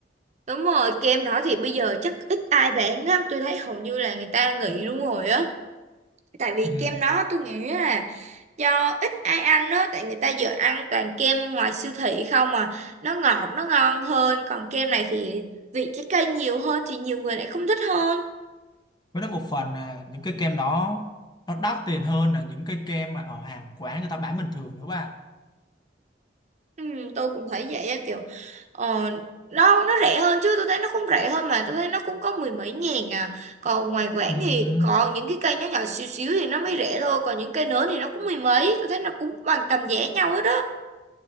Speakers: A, on the right; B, on the left.
A: Đúng rồi, kem đó thì bây giờ chắc ít ai bán lắm, tôi thấy hầu như là người ta nghỉ luôn rồi á. Tại vì
B: Ừ,
A: kem đó tôi nghĩ là do ít ai ăn đó, tại người ta giờ ăn toàn kem ngoài siêu thị không mà nó ngọt, nó ngon hơn, còn kem này thì vị trái cây nhiều hơn thì nhiều người lại không thích hơn.
B: với đó một phần là những cái kem đó nó đắt tiền hơn là những cái kem mà ở hàng quán người ta bán bình thường nữa bạn
A: Ừ, tôi cũng thấy vậy á kiểu ờ, nó nó rẻ hơn chứ tôi thấy nó cũng rẻ hơn mà tôi thấy nó cũng có mười mấy ngàn à còn ngoài quảng
B: Ừm,
A: thì còn những cái cây nhỏ nhỏ xíu xíu thì nó mới rẻ thôi còn những cây lớn thì nó cũng mười mấy tôi thấy nó cũng bằng tầm giá nhau hết đó